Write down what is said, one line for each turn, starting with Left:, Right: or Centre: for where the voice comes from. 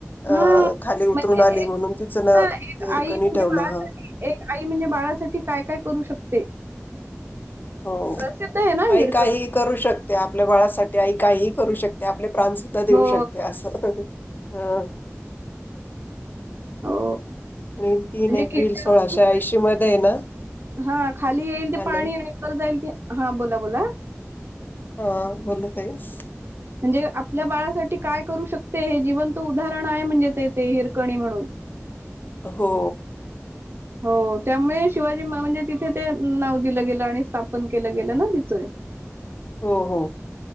Left: अ
Right: हा
Left: खाली उतरून
Right: म्हणजे
Left: आली
Right: एक
Left: म्हणून तिच ना
Right: हा एक
Left: हिरकणी
Right: आई म्हणजे
Left: ठेवलं
Right: बाळासाठी
Left: ह
Right: एक आई म्हणजे बाळासाठी काय काय करू शकते
Left: हो
Right: प्रसिद्ध आहे ना
Left: आई
Right: हिरकणी
Left: काही करू शकते आपल्या बाळासाठी आई काही करू शकते आप आपले प्राणसुद्धा देऊ
Right: हो
Left: शकते असं अ
Right: हो
Left: आणि तीन
Right: म्हणजे
Left: एप्रिल
Right: किल्ल्यावरून
Left: सोळाशे ऐंशी मध्ये आहे ना
Right: हा खाली येईल ते
Left: हॅलो
Right: पाणी आणि बर जाईल ते हा बोला बोला
Left: हा बोलत आहेस
Right: म्हणजे आपल्या बाळासाठी काय करू शकते हे जिवंत उदाहरण आहे म्हणजे ते ते हिरकणी म्हणून
Left: हो
Right: हो त्यामुळे शिवाजी म्हणजे तिथे ते नाव दिलं गेलं आणि स्थापन केलं गेलं ना तिचं
Left: हो-हो